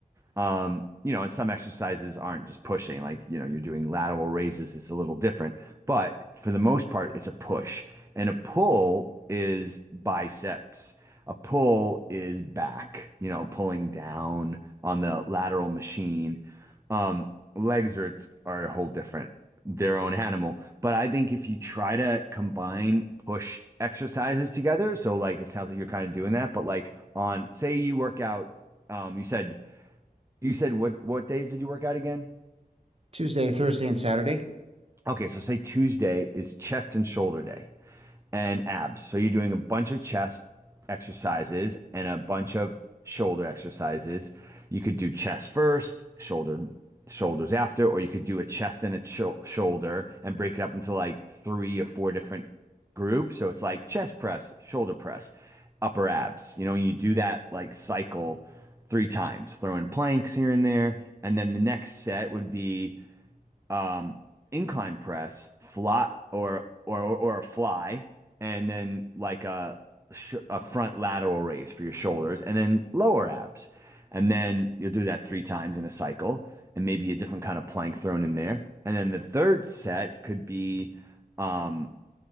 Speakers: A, on the right; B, on the right.
A: Um, you know, and some exercises aren't just pushing, like, you know, you're doing lateral raises, it's a little different. But for the most part, it's a push. And a pull is biceps. A pull is back, you know, pulling down on the lateral machine. Um, legs are, are a whole different, their own animal. But I think if you try to combine push exercises together, so like it sounds like you're kind of doing that, but like on, say you work out, um, you said you said what what days did you work out again?
B: Tuesday, Thursday, and Saturday.
A: Okay, so say Tuesday is chest and shoulder day and abs. So you're doing a bunch of chest exercises and a bunch of shoulder exercises. You could do chest first, shoulder shoulders after, or you could do a chest and a sho- shoulder and break it up into like three or four different groups. So it's like chest press, shoulder press, upper abs. You know, you do that like cycle three times, throwing planks here and there, and then the next set would be um, incline press, fly or or or a fly, and then like a sh a front lateral raise for your shoulders, and then lower abs, and then you'll do that three times in a cycle, and maybe a different kind of plank thrown in there, and then the third set could be um,